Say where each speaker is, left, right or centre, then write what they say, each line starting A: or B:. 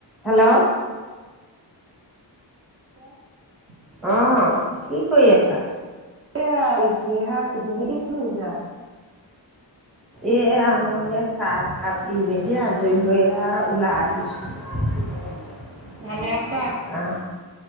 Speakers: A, in the centre; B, on the right.
A: Hello.
B: <unintelligible>
A: অ, কি কৰি আছা?
B: এয়া এনেহে আছো, তুমি কি কৰিছা?
A: এয়া মই এই চাহ কাপ দি মেলি আজৰি হৈ এয়া ওলাই আহিছো। <unintelligible>
B: ভালে আছা?
A: আ।